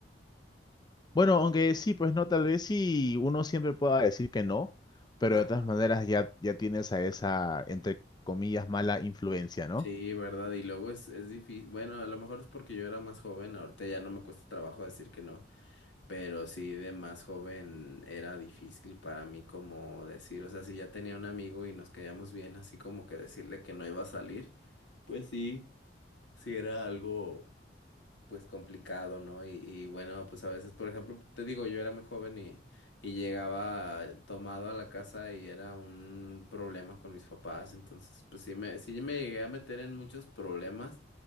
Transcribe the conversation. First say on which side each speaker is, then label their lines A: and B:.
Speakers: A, on the left; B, on the left.
A: Bueno, aunque sí, pues no, tal vez sí uno siempre pueda decir que no, pero
B: Ajá.
A: de todas maneras ya, ya tienes a esa, entre comillas, mala influencia, ¿no?
B: Sí, ¿verdad? Y luego es, es difícil. Bueno, a lo mejor es porque yo era más joven, ahorita ya no me cuesta trabajo decir que no, pero sí de más joven era difícil para mí como decir, o sea, si ya tenía un amigo y nos caíamos bien, así como que decirle que no iba a salir, pues sí, sí era algo. pues complicado, ¿no? Y, y bueno, pues a veces, por ejemplo, te digo, yo era muy joven y, y llegaba tomado a la casa y era un problema con mis papás, entonces pues sí me, sí me llegué a meter en muchos problemas